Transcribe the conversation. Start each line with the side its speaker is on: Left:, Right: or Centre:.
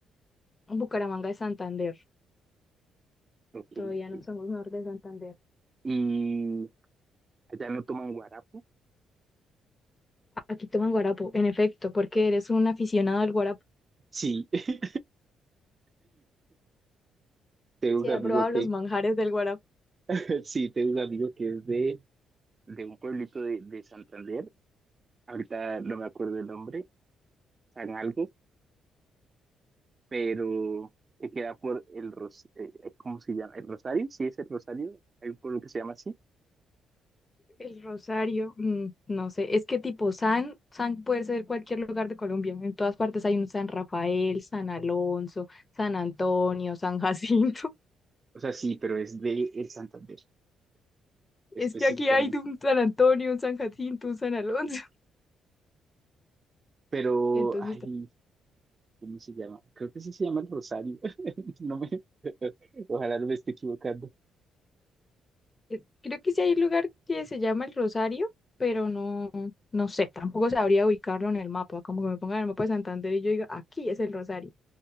Left: Bucaramanga es Santander,
Right: Ok,
Left: todavía
Right: ok.
Left: no somos norte de Santander.
Right: ¿Y allá no toman guarapo?
Left: Aquí toman guarapo, en efecto, porque eres un aficionado al guarapo.
Right: Sí, <laughs> tengo
Left: Si
Right: un
Left: he
Right: amigo
Left: probado
Right: que,
Left: los manjares del guarapo.
Right: <laughs> sí, tengo un amigo que es de, de un pueblito de, de Santander. Ahorita no me acuerdo el nombre. San algo, pero que queda por el Ros eh, ¿cómo se llama? ¿El Rosario? Sí, es el Rosario, hay un pueblo que se llama así.
Left: El Rosario, mm, no sé, es que tipo San, San puede ser cualquier lugar de Colombia, en todas partes hay un San Rafael, San Alonso, San Antonio, San Jacinto. <laughs>
Right: O sea, sí, pero es de el Santander, específicamente.
Left: Es que aquí hay de un San Antonio, un San Jacinto, un San Alonso. <laughs>
Right: Pero,
Left: Entonces,
Right: ay,
Left: ta-
Right: ¿cómo se llama? Creo que sí se llama el Rosario. <laughs> No me, <laughs> ojalá no me esté equivocando.
Left: eh, creo que sí hay un lugar que se llama El Rosario, pero no, no sé, tampoco sabría ubicarlo en el mapa, como que me pongan en el mapa de Santander y yo diga, aquí es el Rosario.